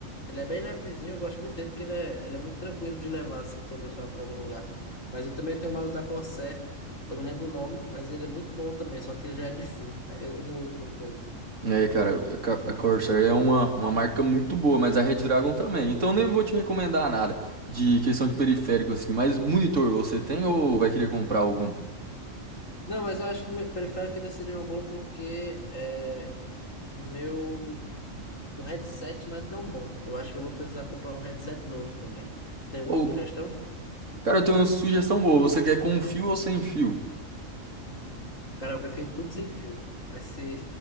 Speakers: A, on the left (about 75°); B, on the right (about 70°).
A: Ele é bem levezinho, eu gosto muito dele porque ele é, ele é muito tranquilo de levar assim quando eu saio para algum lugar. Mas eu também tenho o mouse da Corsair, eu não lembro o nome, mas ele é muito bom também, só que ele já é de fio. Aí eu eu não uso tanto ele.
B: É, cara, a Cor- a Corsair é uma, uma marca muito boa, mas a Red Dragon também. Então nem vou te recomendar nada de questão de periférico assim, mas monitor você tem ou vai querer comprar algum?
A: Não, mas eu acho que me- prefiro que ainda seria um bom porque é, meu, meu headset não é tão bom. Eu acho que eu vou precisar comprar um headset novo também. Tu tem alguma
B: Ou,
A: sugestão?
B: cara, eu tenho uma sugestão boa, você quer com fio ou sem fio?
A: Cara, eu prefiro tudo sem fio. Mas se,